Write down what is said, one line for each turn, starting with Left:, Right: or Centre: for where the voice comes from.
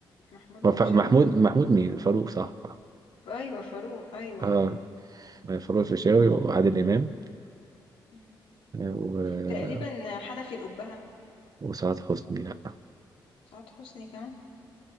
Left: محمود
Right: وف-
Left: الفيشاوي
Right: محمود محمود مين فاروق صح
Left: أيوة فاروق أيوة
Right: اه فاروق الفيشاوي وعادل امام
Left: مم.
Right: آه، و...
Left: تقريبا حنفي الأبهة
Right: وسعاد حسني لا
Left: سعاد حسني كمان